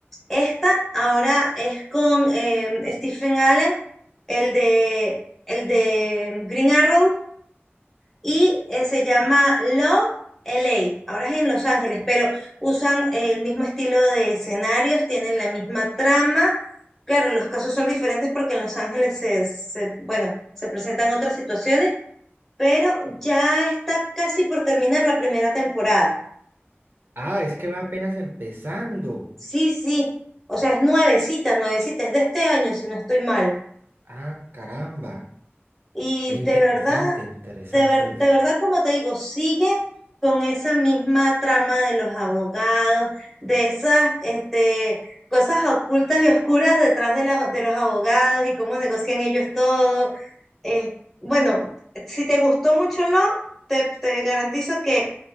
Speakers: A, in the centre; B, on the right (about 60°).
A: Esta ahora es con em, Stephen Allen, el de, el de Green Arrow, y eh, se llama Love L A. Ahora es en Los Ángeles, pero usan eh, el mismo estilo de escenarios, tienen la misma trama. Claro, los casos son diferentes porque en Los Ángeles se, se- bueno, se presentan otras situaciones, pero ya está casi por terminar la primera temporada.
B: Ah, es que va apenas empezando.
A: Sí, sí. O sea, es nuevecita, nuevecita, es de este año, si no estoy mal.
B: Ah, caramba.
A: Y
B: Eh, Interesante,
A: de verdad
B: interesante
A: de ver- de
B: esto.
A: verdad, como te digo, sigue con esa misma trama de los abogados, de esas este, cosas ocultas y oscuras detrás de, las- de los abogados y cómo negocian ellos todo. Eh, bueno, si te gustó mucho lo te, te garantizo que